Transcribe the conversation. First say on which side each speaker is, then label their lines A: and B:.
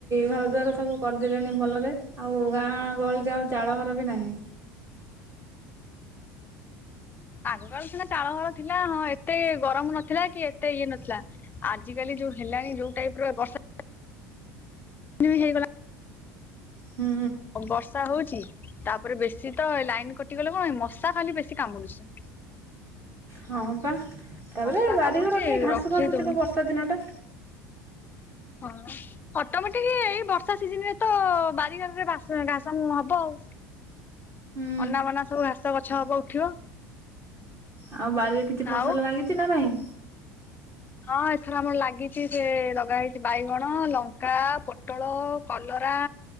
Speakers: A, on the right; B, on the left.
A: ଘର ଦ୍ୱାର ସବୁ କରିଦେଲେଣି ଭଲରେ ଆଉ ଗାଁ ଗହଳିରେ ଆଉ ଚାଳ ଘର ବି ନାହିଁ।
B: ଆଗକାଳ ସିନା ଚାଳ ଘର ଥିଲା ହଁ, ଏତେ ଗରମ ନଥିଲା କି ଏତେ ଇଏ ନଥିଲା। ଆଜି କାଲି ଯୋଉ ହେଲାଣି ଯୋଉ ଟାଇପ ର ବର୍ଷା ହେଇଗଲା
A: ହୁଁ।
B: ବର୍ଷା ହଉଛି ତାପରେ ବେଶୀ ତ ଲାଇନ କଟିଗଲେ କଣ ମଶା ଖାଲି ବେଶୀ କାମୁଡୁଛି।
A: ହଁ, ପା ତାପରେ
B: ମଶା
A: ବାରି,
B: କାମୁଡୁଛି
A: ଘର ଏତେ ଘାସ
B: ରଖେଇ
A: ଫାସ
B: ଦଉନି
A: ଥିବ ବର୍ଷା ଦିନ ଟା
B: ହଁ। ଅଟୋମେଟିକ ଏଇ ବର୍ଷା ସିଜନରେ ତ ବାରିଘରରେ ବାସ ଘାସ ହବ ଆଉ।
A: ହୁଁ
B: ଅନା ବନା ସବୁ ଘାସ ଗଛ ହବ ଉଠିବ।
A: ଆଉ ବାରିରେ କିଛି ଫସଲ
B: ଆଉ
A: ଲାଗିଛି ନା ନାଇଁ।
B: ହଁ ଏଥର ଆମର ଲାଗିଛି ସେ ଲଗା ହେଇଚି ବାଇଗଣ, ଲଙ୍କା, ପୋଟଳ, କଲରା।